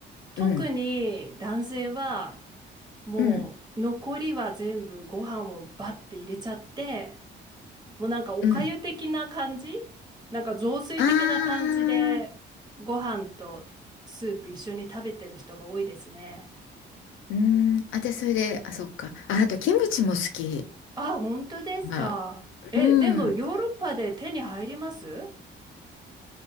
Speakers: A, on the right (about 20°); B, on the left (about 80°).
A: 特に男性は、
B: うん。
A: もう残りは全部ご飯をバッて入れちゃって、
B: うん。
A: もうなんかおかゆ的な感じ
B: うん。
A: なんか雑炊的な感じで、
B: あー。
A: ご飯とスープ一緒に食べてる人が多いですね。
B: うーん、あ、で、それで、あ、そっか。あ、あと、キムチも好き。
A: あ、本当ですか。
B: まあ、
A: え、
B: う
A: でもヨーロッパで手に入ります
B: ん。